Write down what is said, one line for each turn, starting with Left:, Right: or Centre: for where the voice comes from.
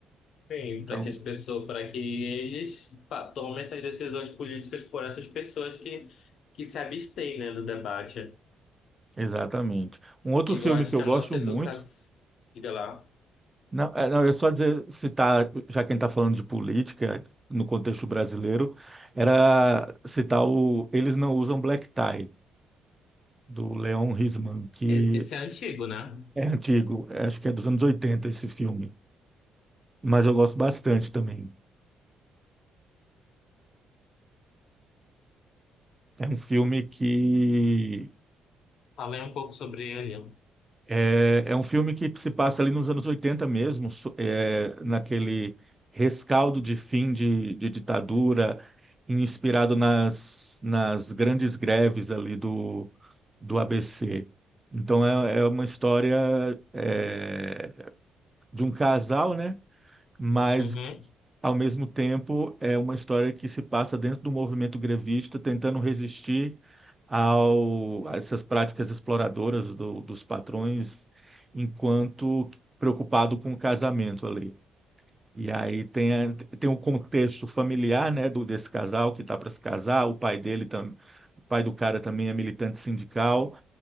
Left: Sim,
Right: Então,
Left: para que as pessoas, para que eles pa- tomem essas decisões políticas por essas pessoas que, que se abstêm, né, do debate.
Right: exatamente. Um outro
Left: E
Right: filme
Left: eu acho
Right: que
Left: que
Right: eu
Left: a
Right: gosto
Left: nossa educação,
Right: muito
Left: diga lá,
Right: Não, é, não, eu só dizer, citar, já quem está falando de política no contexto brasileiro, era citar o Eles Não Usam Black Tie, do Leon Risman, que
Left: E- esse é antigo, né?
Right: é antigo, é, acho que é dos anos 80 esse filme, mas eu gosto bastante também. É um filme que
Left: Falei um pouco sobre ele.
Right: É, é um filme que se passa ali nos anos 80 mesmo, so- é, naquele rescaldo de fim de, de ditadura, inspirado nas, nas grandes greves ali do, do ABC. Então é, é uma história é, de um casal, né? mas
Left: Uhum,
Right: ao mesmo tempo é uma história que se passa dentro do movimento grevista, tentando resistir ao, a essas práticas exploradoras do- dos patrões, enquanto preocupado com o casamento ali. E aí tem, a, tem o contexto familiar, né, do, desse casal que está para se casar, o pai dele, tam- o pai do cara também é militante sindical,